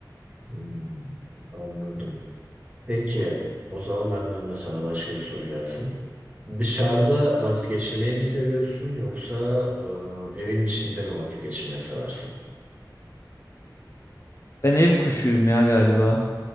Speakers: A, on the right (about 20°); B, on the left (about 35°).
A: Hmm, Anladım. Peki o zaman benden de sana başka bir soru gelsin. Dışarıda vakit geçirmeyi mi seviyorsun yoksa e, evin içinde mi vakit geçirmeyi seversin?
B: Ben ev kuşuyum ya galiba.